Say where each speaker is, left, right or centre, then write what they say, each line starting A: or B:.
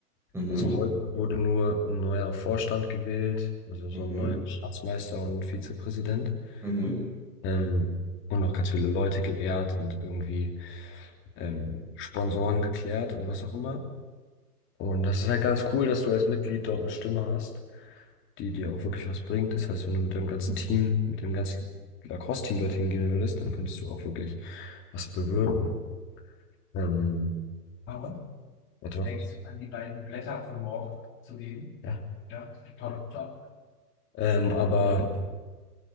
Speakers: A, in the centre; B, on the left (about 25°).
A: Mhm,
B: Also heute wurde nur ein neuer Vorstand gewählt, also so
A: mhm,
B: ein neuer Schatzmeister und Vizepräsident.
A: mhm.
B: Ähm, und noch ganz viele Leute geehrt und irgendwie ähm, Sponsoren geklärt und was auch immer. Und das ist halt ganz cool, dass du als Mitglied dort eine Stimme hast. die dir auch wirklich was bringt. Das heißt, wenn du mit deinem ganzen Team, mit dem ganzen Lacrosse-Team dorthin gehen würdest, dann könntest du auch wirklich was bewirken. Ähm, Paul, warte mal. denkst du an die beiden Blätter für morgen zu geben? Ja. Ja, top, top. Ähm, aber